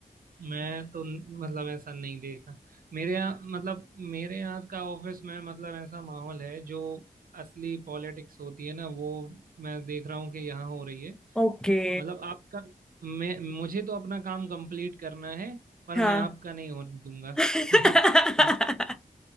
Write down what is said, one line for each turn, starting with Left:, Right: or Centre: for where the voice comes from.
Right: मैं तो मतलब ऐसा नहीं देखा मेरे यहाँ मतलब मेरे यहाँ का ऑफिस में मतलब ऐसा माहौल है जो असली पॉलिटिक्स होती है ना वो मैं देख रहा हूँ कि यहाँ हो रही है
Centre: ओके
Right: मतलब आपका मैं मुझे तो अपना काम कंप्लीट करना है पर
Centre: हाँ
Right: मैं आपका नहीं होने दूंगा
Centre: <laughs>
Right: <laughs>